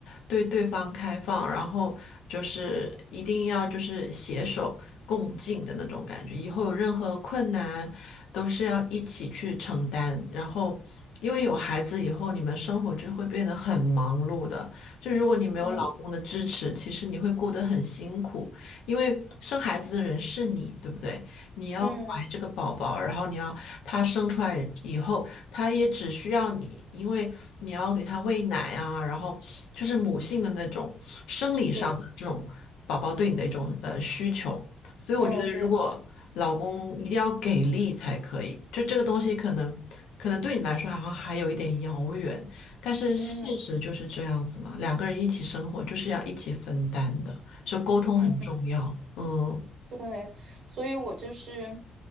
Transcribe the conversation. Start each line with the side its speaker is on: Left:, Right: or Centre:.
Left: 对对方开放，然后就是一定要就是携手共进的那种感觉。以后有任何困难，都是要一起去承担。然后，因为有孩子以后，你们生活就会变得很忙碌的。就如果你没有老公的支持，
Right: 嗯
Left: 其实你会过得很辛苦，因为生孩子的人是你，对不对？你要怀这个宝宝，
Right: 嗯，
Left: 然后你要他生出来以后，他也只需要你，因为你要给他喂奶啊，然后就是母性的那种生理上的这种宝宝对你的一种呃需求。
Right: 对。
Left: 所以我觉得，
Right: 嗯，对，
Left: 如果老公一定要给力才可以，就这个东西可能可能对你来说好像还有一点遥远，但是现实就是这样子嘛，
Right: 嗯
Left: 两个人一起生活就是要一起分担的，所以沟通很重要。
Right: 嗯，
Left: 嗯
Right: 对，所以我就是，